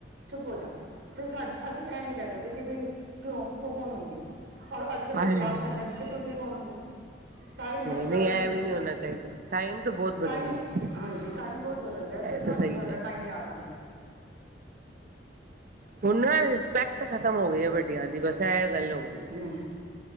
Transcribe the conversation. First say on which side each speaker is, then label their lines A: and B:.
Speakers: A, on the right; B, on the right.
A: ਚੁੱਪ ਹੋਜਾ ਤੇ ਸਾ ਅਸੀਂ ਇਹ ਨੀ ਕਹਿ ਸਕਦੇ, ਕਿ ਬਈ ਕਿਉਂ ਤੂੰ ਕੌਣ ਹੁੰਦੀ ਆ। ਔਰ ਅੱਜ-ਕੱਲ
B: ਹਾਂਜੀ
A: ਦੇ ਜਵਾਕ ਕਹਿੰਦੇ ਨੇ ਕਿ ਤੁਸੀਂ ਕੌਣ ਹੁੰਦੇ ਹੋ। ਟਾਈਮ ਬਹੁਤ
B: ਨਹੀਂ
A: ਬਦਲ
B: ਇਹ
A: ਗਿਆ,
B: ਵੀ ਨਹੀਂ ਹੋਣਾ ਚਾਹੀਦਾ ਟਾਈਮ ਤਾਂ ਬਹੁਤ
A: ਟਾਈਮ
B: ਬਦਲ ਗਿਆ
A: ਹਾਂਜੀ ਟਾਈਮ ਬਹੁਤ ਬਦਲ ਗਿਆ ਫਿਰ
B: ਇਹ ਤਾਂ
A: ਸਾਨੂੰ
B: ਸਹੀ
A: ਸਾਡਾ
B: ਹੈ
A: ਟਾਈਮ ਯਾਦ ਆਦਾ।
B: ਹੁਣ ਰਿਸਪੈਕਟ ਖਤਮ ਹੋ ਗਈ ਹੈ, ਵੱਡੀਆਂ ਦੀ ਬਸ ਅੱਛਾ ਐ ਗੱਲ ਹੋ ਗਈ ਹੈ,
A: ਹੂੰ